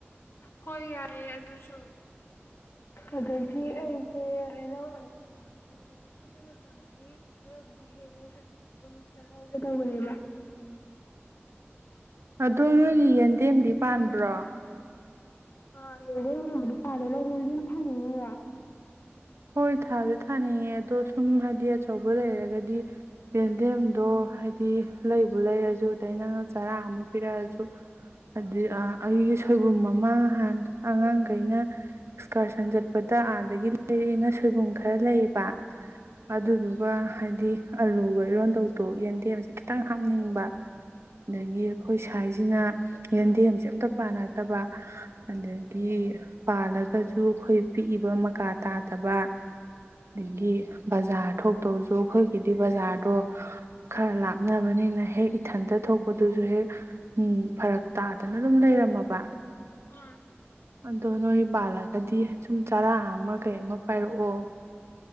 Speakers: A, on the left; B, on the right.
A: ꯍꯣꯏ ꯌꯥꯏꯑꯦ ꯑꯗꯨꯁꯨ ꯑꯗꯒꯤ ꯑꯩꯁꯦ ꯍꯩꯅꯧ ꯑꯆꯥꯔꯁꯨ ꯍꯧꯖꯤꯛ ꯈꯨꯗꯤꯡ ꯃꯇꯝꯗꯤ ꯈꯔꯕꯨꯗꯤ ꯍꯦꯜꯂꯦ ꯍꯧꯖꯤꯛ <unintelligible>
B: ꯑꯗꯣ ꯅꯣꯏꯒꯤ ꯌꯦꯟꯗꯦꯝꯗꯤ ꯄꯥꯟꯕ꯭ꯔꯣ
A: ꯑ ꯌꯦꯟꯗꯦꯝꯒꯨꯝꯕꯅꯤ ꯄꯥꯜꯂꯦ ꯅꯪ ꯌꯦꯟꯗꯦꯝ ꯊꯥꯅꯤꯡꯉꯤꯔꯣ
B: ꯍꯣꯏ ꯊꯥꯁꯨ ꯊꯥꯅꯤꯡꯉꯦ ꯑꯗꯣ ꯁꯨꯝ ꯍꯥꯏꯗꯤ ꯑꯆꯧꯕ ꯂꯩꯔꯒꯗꯤ ꯌꯦꯟꯗꯦꯝꯗꯣ ꯍꯥꯏꯗꯤ ꯂꯩꯕꯨ ꯂꯩꯔꯁꯨ ꯑꯗꯩ ꯅꯪꯅ ꯆꯥꯔꯥ ꯑꯃ ꯄꯤꯔꯛꯑꯁꯨ ꯍꯥꯏꯗꯤ ꯑꯩꯒꯤ ꯁꯣꯏꯕꯨꯝ ꯑꯃ ꯍꯥꯟ ꯑꯉꯥꯡꯈꯩꯅ ꯑꯦꯛꯁꯀꯔꯁꯟ ꯆꯠꯄꯗ ꯑꯥꯗ ꯂꯩꯔꯤꯅ ꯁꯣꯏꯕꯨꯝ ꯈꯔ ꯂꯩꯌꯦꯕ ꯑꯗꯨꯗꯨꯒ ꯍꯥꯏꯗꯤ ꯑꯂꯨꯒ ꯏꯔꯣꯟꯗꯧꯇꯣ ꯌꯦꯟꯗꯦꯝꯁꯦ ꯈꯤꯇꯪ ꯍꯥꯞꯅꯤꯡꯕ ꯑꯗꯒꯤ ꯑꯩꯈꯣꯏ ꯁ꯭ꯋꯥꯁꯤꯅ ꯌꯦꯟꯗꯦꯝꯁꯦ ꯑꯝꯇ ꯄꯥꯟꯅꯗꯕ ꯑꯗꯒꯤ ꯄꯥꯜꯂꯒꯁꯨ ꯑꯩꯈꯣꯏ ꯄꯤꯛꯏꯕ ꯃꯀꯥ ꯇꯥꯗꯕ ꯑꯗꯒꯤ ꯕꯖꯥꯔ ꯊꯣꯛꯇꯕꯁꯨ ꯑꯩꯈꯣꯏꯒꯤꯗꯤ ꯕꯖꯥꯔꯗꯣ ꯈꯔ ꯂꯥꯞꯅꯕꯅꯤꯅ ꯍꯦꯛ ꯏꯊꯟꯇ ꯊꯣꯛꯄꯗꯨꯁꯨ ꯍꯦꯛ ꯎ ꯐꯔꯛ ꯇꯥꯗꯅ ꯑꯗꯨꯝ ꯂꯩꯔꯝꯃꯕ
A: ꯑꯥ
B: ꯑꯗꯣ ꯅꯣꯏ ꯄꯥꯜꯂ ꯔꯒꯗꯤ ꯁꯨꯝ ꯆꯥꯔꯥ ꯑꯃ ꯀꯩ ꯑꯃ ꯄꯥꯏꯔꯛꯑꯣ